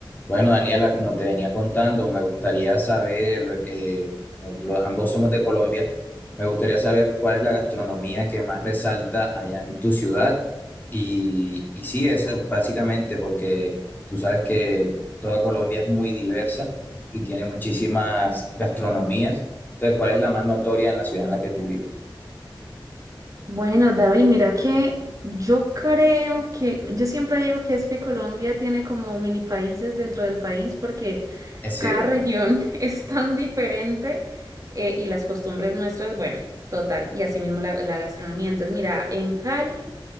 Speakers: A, on the left; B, on the right.
A: Bueno, Daniela, como te venía contando, me gustaría saber, eh, lo- ambos somos de Colombia, me gustaría saber cuál es la gastronomía que más resalta allá en tu ciudad. Y, y sí, eso básicamente porque tú sabes que toda Colombia es muy diversa y tiene muchísimas gastronomías. Entonces, ¿cuál es la más notoria en la ciudad en la que tú vives?
B: Bueno, David, mira que yo creo que, yo siempre digo que es que Colombia tiene como mini países dentro del país porque
A: Es cierto,
B: cada región <laughs> es tan diferente eh, y las costumbres nuestras, bueno, total, y asimismo la, la gastronomía. Entonces, mira, en Cali.